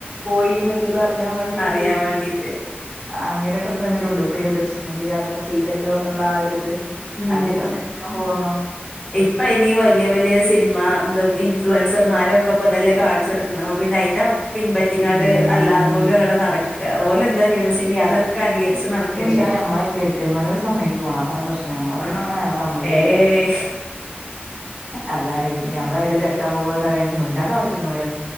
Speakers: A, on the right; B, on the left.
A: പോയിന്ന്ള്ളത് അറിയാൻ വാണ്ടീട്ട്.
B: അറിയാൻ വേണ്ടീട്ട്
A: അങ്ങനെ ഇട്ന്നവരൂണ്ട്, പ്രിയദർശിനീൽ യാത്ര ചെയ്തല്ലോ എന്നുള്ള ആഒരിത്.
B: ഉം
A: അയിന് എത്ര <inaudible> പോകണം.
B: ഇപ്പ അയിനി വലിയ വലിയ സിൻമാതും ഇൻഫ്ലുവൻസർമാരും ക്കെ ഇപ്പതെല്ലെ കാണിച്ചെടുക്കണെ അപ്പ പിന്നയിന്റെ പിൻപറ്റിങ്ങാട്
A: ഉം
B: അല്ലാത്തോലും അങ്ങട്ട് നടക്ക, ഓല് എന്താ ചെയ്യണവെച്ചെങ്കീ അതൊക്കെ അനുകരിച്ച് നടക്കല്ലേ
A: പക്ഷ ഞമ്മളെ കെട്ടിയോന്മാരോട് സമ്മയ്ക്കും വേണം അതാണ് പ്രശ്നം, ക്ഷെ ഞമ്മളതൊന്നും
B: ആഹ്
A: അങ്ങനെ സമ്മയ്ക്കൂല.
B: ഏയ്
A: അതാണ് ഞമ്മള് അയില് തിരക്കാൻ പോകുവന്നറിയെങ്കീ മിണ്ടാണ്ട് അവ്ടെ ഇരുന്നോ